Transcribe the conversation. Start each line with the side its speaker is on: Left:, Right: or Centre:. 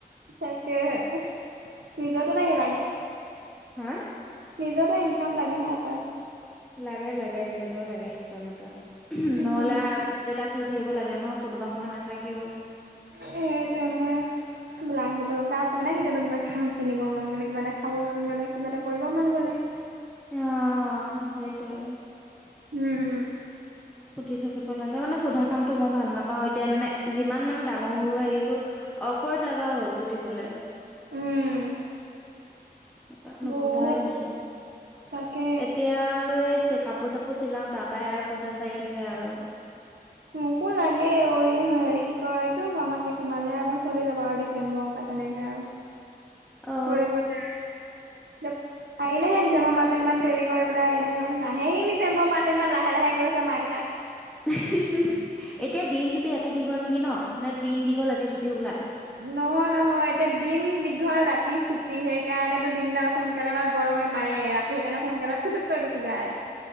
Right: তাকেহে নিজৰো তাইে লাগে
Centre: হা!
Right: নিজৰটো ইনকাম লাগে ন এটা ৷
Centre: লাগে-লাগে নিজৰ লাগে ইনকাম এটা
Right: উম
Centre: নহলে আৰ দেতাক জি থাকিব লাগে ন কোনোবা সময় নাথাকেও
Right: সেইটোৱেই মই লাগে দৰকাৰ পৰে নাই কেতিয়াবা-কেতিয়াবা কিবা খা কিনিব মন গলে কিবা এটা খাব মন গলে কিবা এটা কৰিব মন গলে।
Centre: অ সেইটোৱে৷
Right: উম-উম-উম
Centre: সুধি থাকিব লাগে মানে সোধা কামটো মই ভাল নাপাওঁ এতিয়া মানে যিমান মানে ডাঙৰ হৈ আহিছো অকৱাৰ্ড লগা হ'ল সুধিবলৈ ৷
Right: উম!
Centre: সেই <unintelligible> নুসোধাই
Right: বহুত
Centre: হৈছো আৰু
Right: তাকে
Centre: এতিয়া আৰু এই চে কাপোৰ-চাপোৰ কাপোৰ চিলাও তাৰপাই আৰু পইচা চাৰি থাকে আৰু ৷
Right: মোকো লাগে অঐ হেৰি কি কয় এইটো ফাৰ্মাচী সোমালে আৰু মোৰ চলি যাব আৰু ডিচেম্বৰৰ পা তেনেকে আৰু
Centre: অ'।
Right: কৰিব য আৰু <unintelligible> আহিলেহে মই <unintelligible> মাহটো ইমান দেৰি কৰে বোলে আহিলে হ'ল নাহেই নিজে মই মাতো ইমান লাহে <unintelligible> লাহে-লাহে গৈছে মাহকেটা
Centre: এতিয়া দিন চুটি ৰাতি দীঘল নেকি ন নে দিন দীঘল ৰাতি চুটি হবলা ৷
Right: নহয়-নহয় এতিয়া দিন দীঘল ৰাতি ছুটি সেইকাৰণেতো দিনডাল সোনকালে আমাৰ গৰমে মাৰে ৰাতি সেইকাৰণে সোনকালে ফুচুক পুৱাই গুচি যায় ৷